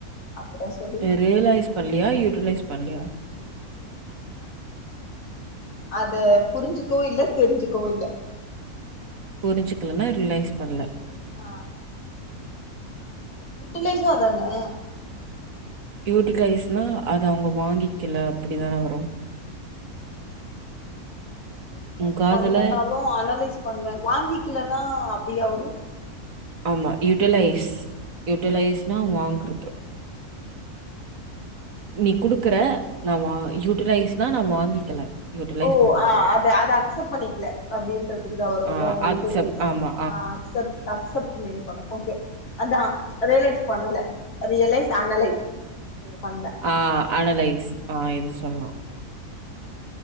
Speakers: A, on the left (about 85°); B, on the right (about 65°).
A: அப்பதா சொல்
B: இது ரியலைஸ் பண்லியா யுட்டிலைஸ் பண்லியா
A: அத புரிஞ்சுக்கவு இல்ல தெரிஞ்சுக்கவு இல்ல
B: புரிஞ்சிக்கலைன்னா ரிலேஸ் பண்ல
A: ஆ யுட்டிலைஸ்சு அதான
B: யூட்டிலைஸ்னா அத அவுங்க வாங்கிக்கல அப்படித்தான வரு
A: யூட்டிலைஸ்
B: உன் காதுல
A: பண்லனாலு அனலைஸ் பண்ல வாங்கிக்கலனா அப்டியா வரு
B: ஆமா யூட்டிலைஸ் யுட்டிலைஸ்னா வாங்றது நீ குடுக்குற நா வா யுட்டிலைஸ்னா நா வாங்கிக்கல யுட்டிலைஸ்
A: ஓ
B: பண்ணிக்கல.
A: ஆ அத அத அக்செப்ட் பண்ணிக்கல அப்டின்றதுக்கு தா வருல
B: ஆ
A: யுட்டிலைஸ்
B: ஆக்செப்ட் ஆமா.
A: ஆ அக்செப் அக்சப்ட் மீன் பண்ணு ஓக்கே அதா ரியலைஸ் பண்ணல ரியலைஸ் அனலைஸ் ஓக்கே பண்ல
B: ஆ அனலைஸ் ஆ இது சொல்லா